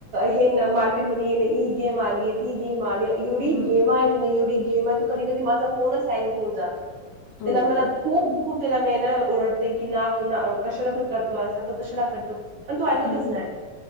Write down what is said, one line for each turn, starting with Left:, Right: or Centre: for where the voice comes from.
Right: हे न मार्केट मध्ये इ गेम आलीय ती गेम आलीय एवढी
Left: हम्म
Right: गेम आहेत, ना एवढी गेम आहे तर कधी कधी माझा फोनच हँग होऊन जातो.
Left: हो
Right: तिला मला खूप खूप <unintelligible> मेल ना ओरडते की ना तू ना कशाला तू करतो? असं तो कशाला करतो? पण तो ऐकतच
Left: हम्म
Right: नाइ.